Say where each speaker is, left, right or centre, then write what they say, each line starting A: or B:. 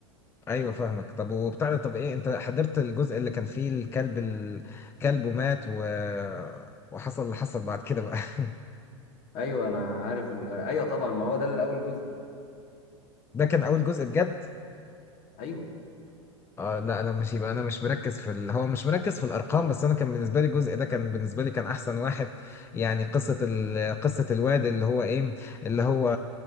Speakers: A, on the left; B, on the left.
A: ايوه فاهمك طب وبتاع ده- طب ايه انت حضرت الجزء اللي كان فيه الكلب الكلب ومات و... وحصل اللي حصل بعد كده بقى <laughs>
B: ايوه انا عارف ال... ايوه طبعا ما هو ده الاول جزء
A: ده كان اول جزء بجد
B: ايوه
A: اه لا انا مش يبقى انا مش مركز في ال... هو مش مركز في الارقام بس انا كان بالنسبه لي الجزء ده كان بالنسبه لي كان احسن واحد يعني قصه ال... قصه الواد اللي هو ايه اللي هو